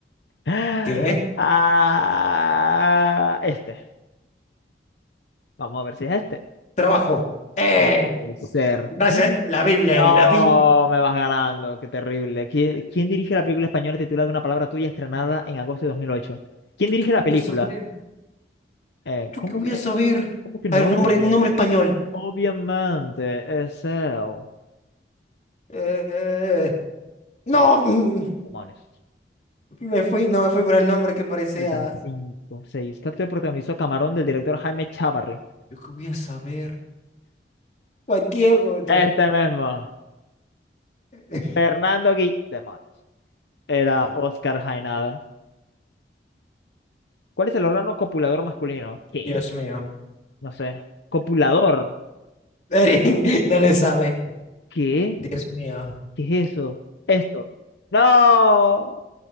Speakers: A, on the left (about 80°); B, on the left (about 40°).
A: Ah,
B: ¿Qué?
A: ah, este. Vamos a ver si es este.
B: Trabajo. Eh,
A: No puede ser.
B: gracias.
A: Ah,
B: La Biblia,
A: No,
B: Eri, la Biblia.
A: me vas ganando. Qué terrible. ¿Qui- ¿Quién, dirige la película española titulada Una palabra tuya estrenada en agosto de dos mil ocho ¿Quién
B: ¿Yo
A: dirige
B: qué voy
A: la película?
B: a saber?
A: Eh,
B: ¿Yo
A: ¿cómo
B: qué voy
A: que,
B: a saber?
A: cómo que no,
B: A ver, un nombre,
A: Gabriel?
B: un nombre español.
A: Obviamente, es él.
B: Eh, eh, no,
A: Demo-
B: <laughs> mm,
A: Demonios.
B: me fui, no me fui por el nombre que parecía.
A: Faltan cinco, seis. ¿Qué actor protagonizó Camarón del director Jaime Chavarri?
B: ¿Yo qué voy a saber? Juan Diego, no.
A: Este mismo.
B: <laughs>
A: Fernando Gui... Demonios. Era
B: Bueno,
A: Oscar Jaenada. ¿Cuál es el órgano copulador masculino? ¿Qué?
B: Dios mío.
A: No sé. ¿Copulador?
B: Eri, <laughs> no le sabe.
A: ¿Qué?
B: Dios mío.
A: ¿Qué es eso? Esto. ¡No!